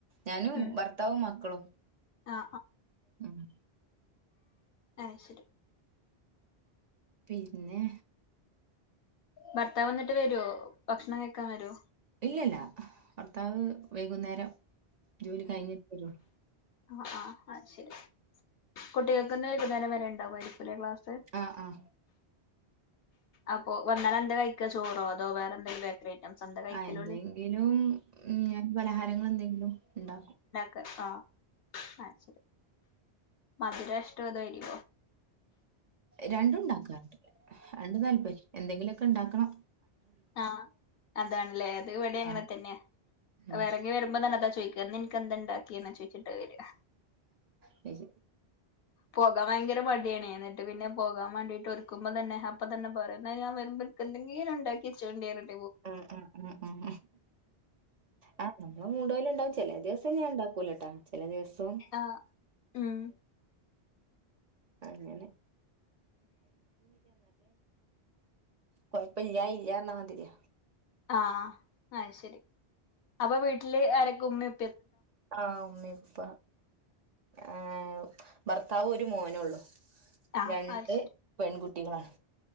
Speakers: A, on the right (about 50°); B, on the left (about 65°).
A: ഞാനും
B: ഉം
A: ഭർത്താവും മ ക്കളും
B: ആ
A: മ്
B: ആ ശരി
A: പിന്നെ
B: ഭർത്താവ് വന്നിട്ട് വരുവോ ഭക്ഷണം കഴിക്കാ വരോ
A: ഇല്ലല്ലാ ഭർത്താവ് വൈകുന്നേരം ജോലി കഴിഞ്ഞിട്ട് വരു
B: ആ ആ ആ ശരി കുട്ടികൾക്ക്ന്ന് വൈകുന്നേരം വരെ ഉണ്ടാകുംമായിരിക്കു ല്ലേ ക്ലാസ്
A: ആ ആ
B: അപ്പൊ വന്നാല എന്താ കഴിക്ക ചോറോ അതോ വേറെ എന്തേലും ബേക്കറി ഐറ്റംസ് എന്താ കഴിക്കല്
A: ആ എന്തെങ്കിലും
B: ഓല്
A: ഉ ഞാൻ പലഹാരങ്ങ എന്തെങ്കിലും ഇ ണ്ടാക്കും.
B: ആഹ ആ ശരി മധുരാഷ്ട അതോ എരിവോ
A: രണ്ടും ഉണ്ടാക്കാറുണ്ട്. രണ്ടും താല്പര്യ എന്തെങ്കിലുമൊക്കെ ഇ ണ്ടാക്കണം.
B: ആഹ അതാണല്ലേ അത് ഇവിടെ അങ്ങനെ
A: ആ
B: തന്നെയാ
A: ഉം
B: ഇറങ്ങി വരുമ്പോ തന്നെ അതാ ന്നി ൻക് എന്താ ഇണ്ടാക്കിയ ന്നാ ചോയ്ക്ക
A: ശരി.
B: പോകാൻ ഭയങ്കര മടിയാ ന്നട്ട് പിന്നെ പോകാൻ വേണ്ടീട്ട് ഒരുക്കുമ്പോ തന്നെ അപ്പൊ തന്നെ പറിം ന്നാ ഞാൻ വരുമ്പ ങ്കെതെങ്കിലും ഇണ്ടാക്കി യച്ചോണ്ടി റിം
A: ഉം ഉം ഉം ഉം ആ ഞ മൂടു പോല ണ്ടാവും. ചെല ദിവസം ഞാൻ ഇണ്ടാക്കൂലട്ടാ. ചെല ദിവസം
B: ആഹ് ഉം
A: അങ്ങനെ കൊയ്പ്പല്യഇല്യ ർ ഞ്ഞ മാതിരി
B: ആഹ ആ ശരി അപ്പൊ വീട്ടില് ആരക്കെ ഉമ്മിം
A: ആ ഉമ്മിപ്പ ഏ ഭർത്താവ് ഒരു മോന ഉള്ളു
B: ആഹ്
A: രണ്ട്
B: അത് ശരി
A: പെൺകുട്ടികളാണ്.